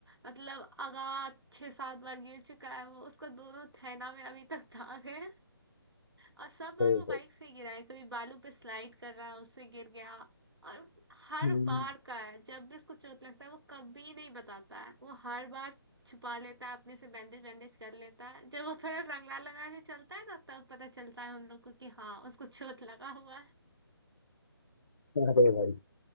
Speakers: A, on the right; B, on the left.
A: मतलब आगा छह सात बार गिर चुका है वो उसका दोनों थैना में अभी तक <laughs> दाग है और सब बार
B: अरे
A: वो बाइक
B: भाई
A: से गिरा है कभी बालू पे स्लाइड कर रहा है उससे गिर गया और हर
B: हम्म,
A: बार का है जब भी उसको चोट लगता है वो कभी नहीं बताता है वो हर बार छुपा लेता है अपने से बैंडेज बैंडेज कर लेता है जब वो थोड़ा रंगला लगा के चलता है ना तब पता चलता है हम लोग को कि हाँ उसको चोट लगा हुआ है
B: अरे भाई